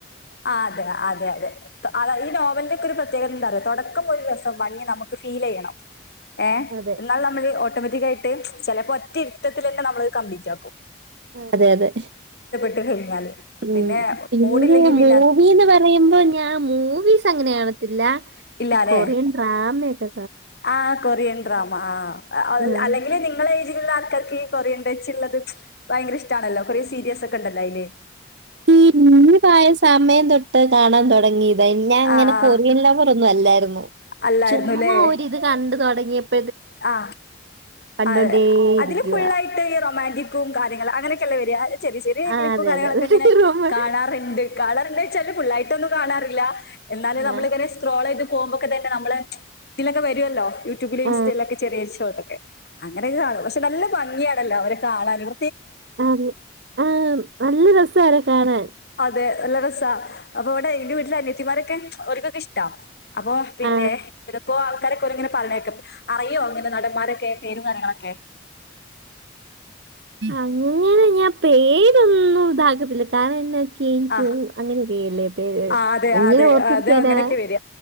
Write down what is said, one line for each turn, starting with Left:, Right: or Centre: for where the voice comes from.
Left: ആ അതെ അതെ അതെ അത ഈ നോ അവന്റെക്ക ഒരു പ്രത്യേകത എന്താ അറിയോ തുടക്കം ഒരു രസം ഭംഗി നമുക്ക് ഫീൽ ചെയ്യണം. ഏഹ
Right: അതെ
Left: എന്നാൽ നമ്മള് ഓട്ടോമാറ്റിക്കായിട്ട് പെലപ്പോ ഒറ്റ ഇരുത്തത്തിലെന്നെ നമ്മളത് കംപ്ലീറ്റ് ആക്കും.
Right: അതെ അതെ
Left: <unintelligible>
Right: ഉം
Left: പിന്നെെ
Right: പിന്നെ
Left: മൂഡിലെങ്കി പി
Right: മൂവീന്ന് പറയുമ്പോ ഞാൻ മൂവീസ് അങ്ങനെ കാണത്തില്ല.
Left: ഇല്ലാല്ലേ
Right: ഈ കൊറിയൻ ഡ്രാമ് ഒക്കെ
Left: ആ കൊറിയൻ ഡ്രാമ ആ
Right: ആഹ്
Left: അല്ലെങ്കിൽ നിങ്ങളെ ആൾക്കാർക്ക് ഈ കൊറിയൻ വെച്ചുള്ളത് ഭയങ്കര ഇഷ്ടണല്ലോ കൊറിയൻ സീരീസ് ഒക്കെ ണ്ടല്ലോ അയിൽ
Right: <unintelligible> സമയം തൊട്ട് കാണാൻ തുടങ്ങിയതാ ഞാൻ അങ്ങനെ
Left: ആ ആ
Right: കൊറിയൻ ലാവ <unintelligible>
Left: അല്ലായിരുന്നു
Right: ചുമ്മാ
Left: അല്ലേ
Right: ഒരിത് കണ്ട തൊടങ്ങിയപ്പോ
Left: ആ
Right: കണ്ടോണ്ടേയിരിക്കുവാ
Left: അ അതിന് ഫുള്ളായിട്ട് ഈ റൊമാൻറിക് കാര്യങ്ങൾ അങ്ങനൊക്കെെയല്ല വരാ ചെറിയ ചെറിയ
Right: ആഹ്
Left: ക്ലിപ്പും
Right: അതെ
Left: കാര്യങ്ങളൊക്കെങ്ങനെ
Right: അതെ അതെ റൂമ്
Left: കാണാറുണ്ട്. കാണാറുണ്ട്ന്ന് വെച്ചാല് ഫുുള്ളായിട്ടൊന്നും കാണാറില്ല. എന്നാലും നമ്മളിങ്ങനെ
Right: ആ
Left: സ്ക്രോളെ യ്ത് പോകുമ്പോക്കെ തന്നെ നമ്മള് ഇതിലൊക്കെ വരുല്ലോ യൂട്യൂബില
Right: ആ
Left: ഇൻ <unintelligible> ഷോട്ടൊക്കെ കാണും പക്ഷെ നല്ല ഭംഗിയാണല്ലോ അവരെ കാണാനും
Right: അത ആഹ നല്ല രസാവരെ കാണാൻ.
Left: അതെ നല്ല രസ അപ്പൊ ഇവിടെ എന്റെ വീട്ടിലെ അനയത്തിമാരൊക്കെ ഓർക്കൊക്കെ ഇഷ്ട അപ്പൊ പിന്നെ
Right: ആ
Left: ചിലപ്പോ ആൾക്കാരൊക്കെങ്ങന പറയണകേക്കാ അറിയോ അങ്ങനെ നടന്മാരൊക്കെ പേരും കാര്യങ്ങളൊക്കെ?
Right: അങ്ങനെ ഞാൻ പേരൊന്നും ഇതാക്കത്തില്ല കാരണം എന്നാച്ച ചേയിച്ചും
Left: ആ
Right: അങ്ങനെയൊക്കെയല്ലേ പേര്
Left: ആ അതെ
Right: അങ്ങനെ
Left: അതെ
Right: ഓർത്തിരിക്കാനാ
Left: അതെ അങ്ങനെയൊക്കെ വര